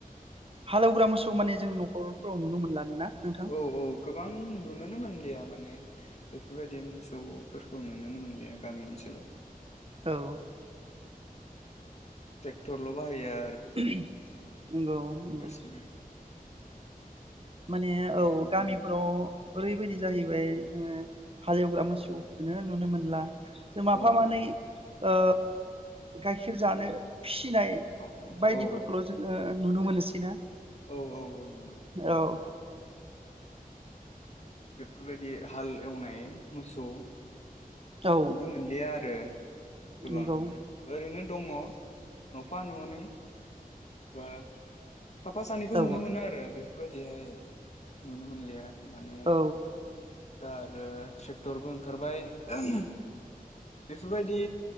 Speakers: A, on the right (about 40°); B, on the left (about 45°).
A: हालेवग्रा मोसौ माने जों न'खरफोराव नुनो मोनलानो ना नोंथां
B: औ औ गोबां नुनोनो मोनलिया माने बेफोरबायदि मोसौफोरखौ नुुनो मोनलिया गामि ओनसोलाव
A: औ
B: ट्रेक्टरल' बाहाया
A: नोंगौ नोंगौ
B: गासिबो
A: माने
B: ट्रेक्टरजों
A: औ गामिफोराव ओरैबायदि जाहैबाय जोङो हालेवग्रा मोसौखोनो नुनो मोनला जों माफा
B: औ
A: मानै
B: औ
A: ओ गाइखेर जानो फिसिनाय
B: औ औ
A: बायदिफोरखौल'
B: औ
A: जोङो नुनो मोनोसै ना
B: औ औ औ नोंगौ
A: औ
B: बेफोरबायदि हाल एवनाय मोसौ
A: औ
B: नुनो मोनलिया आरो <inaudible> गोबाङानो
A: नंगौ
B: ओरैनो दङ न फा न'नै बा साफा सानैखौ
A: औ
B: नुनो मोनो आरो बे फोरबायदिहाय नुनो मोनलिया माने
A: औ
B: दा आरो ट्रेक्टरबो ओंखारबाय <unintelligible> बेफोरबायदि